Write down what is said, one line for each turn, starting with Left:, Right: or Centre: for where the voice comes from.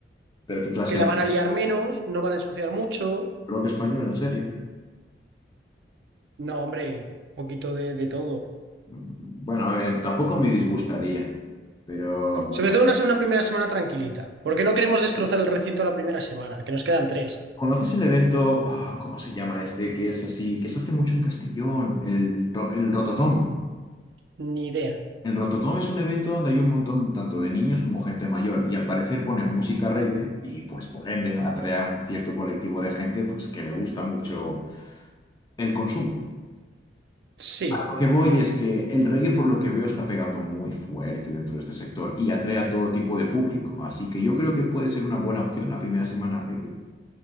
Left: Pero qué clase
Right: Que
Left: de
Right: la van a liar menos, no van a ensuciar mucho.
Left: rock español, en serio.
Right: No, hombre, un poquito de, de todo.
Left: Mm, Bueno, a ver, tampoco me disgustaría, pero no.
Right: Sobre todo una, una primera semana tranquilita, porque no queremos destrozar el recinto la primera semana, que nos quedan tres.
Left: ¿Conoces el evento, ah, cómo se llama este, que es así, que se hace mucho en Castellón, el, ro- el Rototom?
Right: Ni idea.
Left: El Rototom es un evento donde hay un montón tanto de niños como gente mayor y al parecer ponen música reggae y pues por ende atrae a un cierto colectivo de gente pues que le gusta mucho el consumo.
Right: Sí,
Left: Lo que voy es que el reggae, por lo que veo, está pegando muy fuerte dentro de este sector y atrae a todo tipo de público. Así que yo creo que puede ser una buena opción la primera semana reggae.